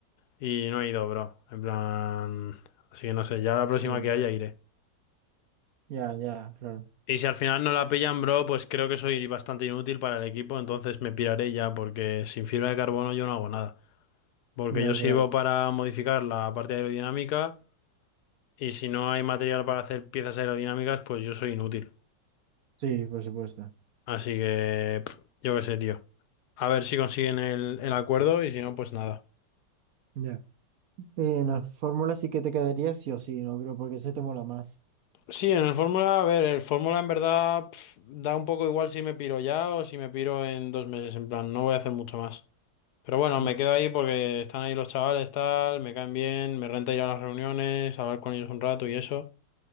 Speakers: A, on the left; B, on the right.
A: Y no he ido, bro. En plan. Así que no sé, ya la
B: sí.
A: próxima que haya iré.
B: Ya, ya, claro.
A: Y si al final no la pillan, bro, pues creo que soy bastante inútil para el equipo, entonces me piraré ya, porque sin fibra de carbono yo no hago nada. Porque
B: Ya,
A: yo sirvo
B: claro.
A: para modificar la parte aerodinámica, y si no hay material para hacer piezas aerodinámicas, pues yo soy inútil.
B: Sí, por supuesto.
A: Así que, pff, yo qué sé, tío. A ver si consiguen el, el acuerdo, y si no, pues nada.
B: Ya, Y en la fórmula sí que te quedaría sí o sí, no creo, porque ese te mola más.
A: Sí, en el Fórmula, a ver, el Fórmula en verdad pf, da un poco igual si me piro ya o si me piro en dos meses, en plan, no voy a hacer mucho más. Pero bueno,
B: ya,
A: me quedo ahí porque están ahí los chavales, tal, me caen bien, me renta ir a las reuniones, hablar con ellos un rato y eso.